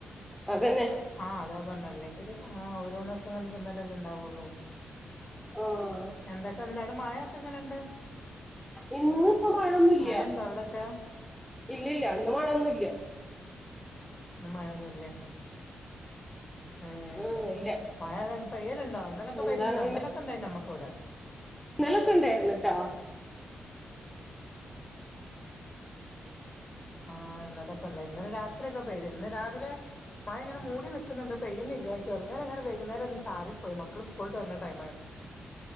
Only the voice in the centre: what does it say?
അതന്നെ
ആഹ്
ഇന്ന് പ്പ മഴൊന്നുല്ല
ഇല്ലല്ല ന്ന് മഴൊന്നുല്ല
ആഹ് ഇല്ല
എന്താണ്
ഇന്നലെക്കുണ്ടായിരുന്നുട്ട